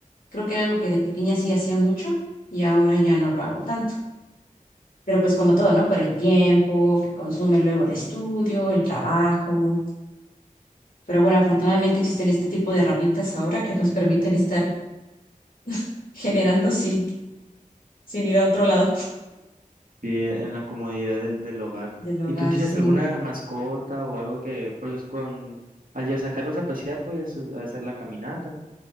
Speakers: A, on the left; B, on the right.
A: creo que era algo que de pequeña sí hacía mucho y ahora ya no lo hago tanto. Pero pues como todo, ¿no? Por el tiempo que consume luego el estudio, el trabajo. Pero bueno, afortunadamente existen este tipo de herramientas ahora que nos permiten estar <laughs> generando sin, sin ir a otro lado
B: Y en la comodidad del, del hogar.
A: del hogar,
B: ¿Y tú tienes
A: sí.
B: alguna mascota o algo que, pues, con, al ya sacarlos a pasear, puedes hacer la caminata?